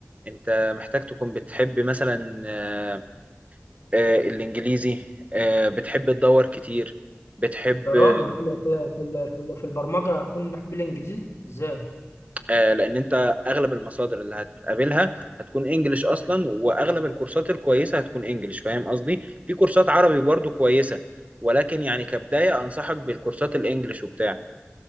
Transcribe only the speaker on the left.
ده
راجل في في في في, في البرمجه هكون بحب الانجليزي ازاي